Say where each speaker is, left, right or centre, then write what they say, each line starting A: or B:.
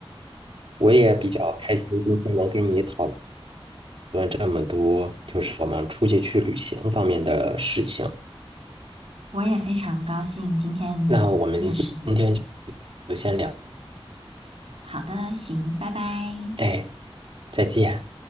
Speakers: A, on the right (about 65°); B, on the right (about 80°).
A: 我也比较开心，今天能跟你讨。问这么多，就是我们出去去旅行方面的事情。
B: 我也非常高兴今天能认识你。
A: 那我们今天就先聊，
B: 好的，行，拜拜。
A: 哎，再见。